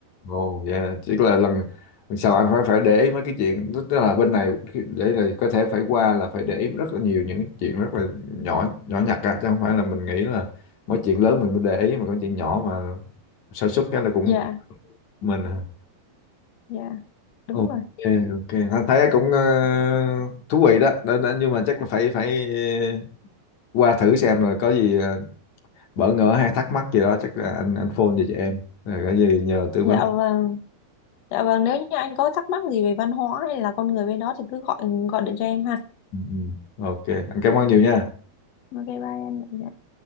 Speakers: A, on the left; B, on the left.
A: Ồ, dạ, Tức là lần lần sau anh phải phải để ý mấy cái chuyện tức tức là bên này khi- để là có thể phải qua là phải để ý rất là nhiều những chuyện rất là nhỏ nhỏ nhặt á chứ không phải là mình nghĩ là mấy chuyện lớn mình mới để ý mà có chuyện nhỏ mà sa sút cái là cũng,
B: dạ
A: cũng mình à.
B: dạ đúng
A: ok
B: rồi
A: ok anh thấy cũng ờ, thú vị đó. Đó, đó nhưng mà chắc là phải phải ờ, qua thử xem rồi có gì ờ, bỡ ngỡ hay thắc mắc gì đó chắc là anh anh phone về cho em rồi có gì nhờ tư
B: dạ
A: vấn
B: vâng dạ vâng nếu như anh có thắc mắc gì về văn hóa hay là con người bên đó thì cứ gọi gọi điện cho em ha
A: Ừ, ừ. ok anh cảm ơn nhiều nha
B: ok bye anh dạ